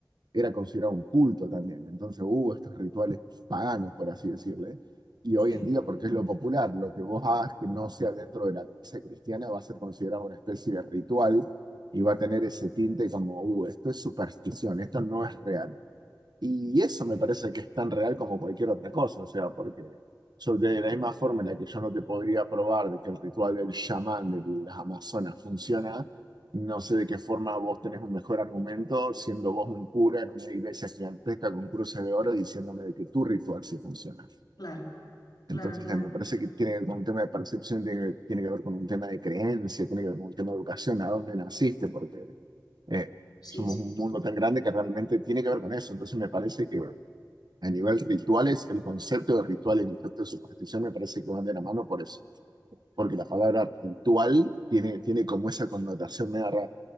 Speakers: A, on the right; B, on the left.
A: era considerado un culto también. Entonces hubo estos rituales paganos, por así decirle. Y
B: Sí,
A: hoy en día, porque es lo popular, lo que vos hagas que no sea dentro de la misa cristiana va a ser considerado una especie de ritual y va a tener ese tinte como, uh, esto es superstición, esto no es real. Y eso me parece que es tan real como cualquier otra cosa, o sea, porque sobre de la misma forma en la que yo no te podría probar de que el ritual del chamán de las Amazonas funciona, no sé de qué forma vos tenés un mejor argumento siendo vos un cura en una iglesia gigantesca con cruces de oro diciéndome de que tu ritual sí funciona.
B: claro, claro,
A: Entonces,
B: claro.
A: eh, me parece que tiene que ver con un tema de percepción, tiene, tiene que ver con un tema de creencia, tiene que ver con un tema de educación, a dónde naciste, porque... eh, somos
B: Sí, sí.
A: un mundo tan grande que realmente tiene que ver con eso. Entonces me parece que a nivel rituales, el concepto de ritual y el concepto de superstición me parece que van de la mano por eso. Porque la palabra ritual tiene, tiene como esa connotación media rara